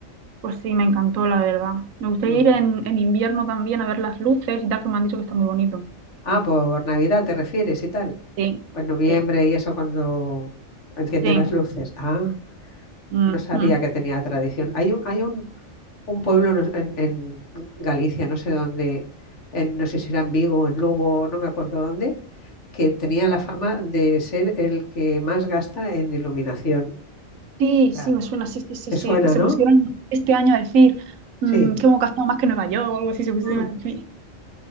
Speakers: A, on the right; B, on the left.
A: Pues sí, me encantó, la verdad. Me gustaría
B: Mm.
A: ir en, en invierno también a ver las luces y tal, que me han dicho que está muy bonito.
B: Ah, por Navidad te refieres y tal.
A: Sí,
B: en noviembre
A: sí,
B: y eso cuando enciende
A: sí.
B: las luces. Ah,
A: Ujú.
B: no sabía que tenía tradición. Hay un, hay un, un pueblo no- en, en Galicia, no sé dónde, en- no sé si era en Vigo, o en Lugo, no me acuerdo dónde, que tenía la fama de ser el que más gasta en iluminación.
A: Sí, sí,
B: Ah.
A: me suena, sí, sí, sí,
B: ¿Te
A: sí,
B: suena,
A: que se
B: no?
A: pusieron este año a decir mm,
B: Sí.
A: que hemos gastado más que Nueva York, o algo así se pusieron
B: Mm.
A: a decir.